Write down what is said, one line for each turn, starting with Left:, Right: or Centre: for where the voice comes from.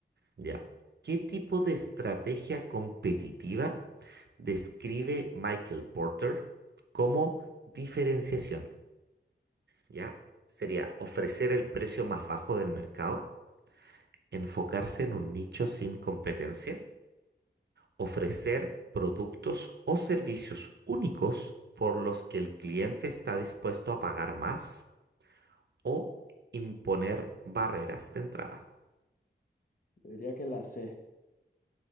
Right: Ya. ¿Qué tipo de estrategia competitiva describe Michael Porter como diferenciación? ¿ya? Sería ofrecer el precio más bajo del mercado, enfocarse en un nicho sin competencia, ofrecer productos o servicios únicos por los que el cliente está dispuesto a pagar más o imponer barreras de entrada.
Left: Yo diría que la C.